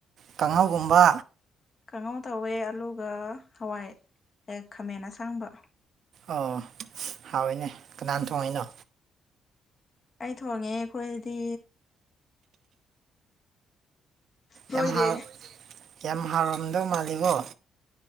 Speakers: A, on the right; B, on the left.
A: ꯀꯥꯡꯍꯧꯒꯨꯝꯕ
B: ꯈꯪꯍꯧ ꯇꯧꯋꯦ ꯑꯂꯨꯒ ꯍꯋꯥꯏ ꯍꯦꯛ ꯈꯥꯃꯦꯟ ꯑꯁꯥꯡꯕ
A: ꯑꯣ ꯍꯥꯎꯏꯅꯦ ꯀꯅꯥꯅ ꯊꯣꯡꯉꯅꯣ
B: ꯑꯩ ꯊꯣꯡꯉꯦ ꯑꯩꯈꯣꯏꯗꯗꯤ ꯅꯣꯏꯗꯤ
A: ꯌꯥꯝ ꯍ ꯌꯥꯝ ꯍꯥꯎꯔꯝꯗꯧ ꯃꯥꯜꯂꯤꯕꯣ